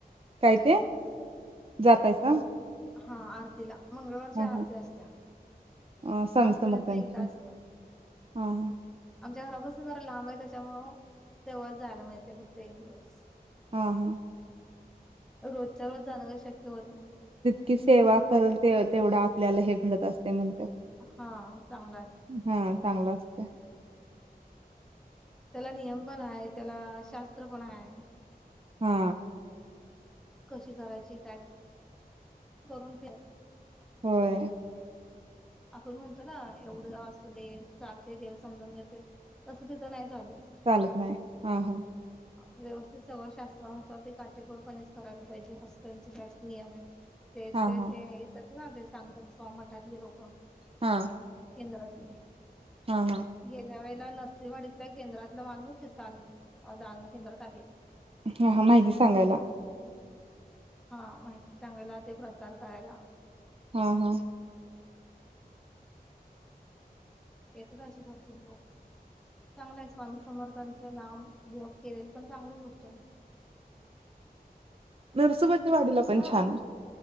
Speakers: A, on the right; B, in the centre.
A: काय
B: त्यात.
A: ते जातायसा.
B: हा आरतीला. मंगळवारच्या
A: हा
B: आरती असत्या
A: हा स्वामी
B: आठवड्यातनं
A: समर्थांचे
B: एकदा असत्या.
A: हा हा
B: आमच्या घरापसून जरा लांब आहे त्याच्यामुळं तेव्हाच जायला मिळतंय फक्त एक दिवस.
A: हा हा
B: रोजच्या रोज जाणं काय शक्य होत नाही.
A: की सेवा करल ते तेवढं आपल्याला हे घडत असतयं म्हण
B: हा चांगलं असत.
A: हा चांगलं असतयं.
B: त्याला नियम पण हाय त्याला शास्त्र पण हाय.
A: हा.
B: कशी करायची काय करून ठ
A: होय.
B: आपण म्हणतो ना एवढं असू दे चालतयं देव समजून घेतोय तस तिथं नाही चालत
A: चालत नाही हा हा.
B: व्यवस्थित सगळं शास्त्रानुसार ते काटेकोरपणेच करायला पाहिजे असं त्यांच कायच नियम आहेत. तेथले
A: हा हा.
B: ते इथ ना ते सांगतात स्वाम मठातील लोकं.
A: हा
B: केंद्रातली
A: हा हा
B: गेल्या वेळेला नरसिंहवाडीतल्या केंद्रातला माणूस दानोळी केंद्रात आलेली.
A: हा हा माहिती सांगायला
B: हा माहिती सांगायला ते प्रसार करायला.
A: हा हा
B: याच्यात अशी भरपूर लोक, चांगले आहे स्वामी समर्थांचे नाम जप केलेले पण चांगलीच गोष्ट आहे.
A: नरसुबाच्या वाडीला
B: तिथं
A: पण, छान